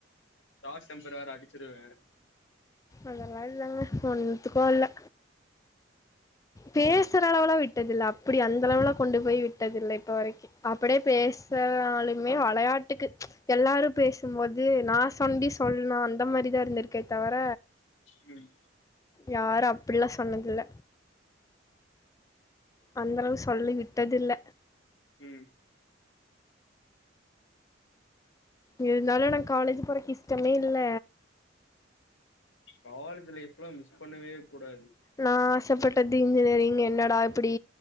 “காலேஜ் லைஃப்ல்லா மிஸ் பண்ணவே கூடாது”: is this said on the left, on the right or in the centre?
Left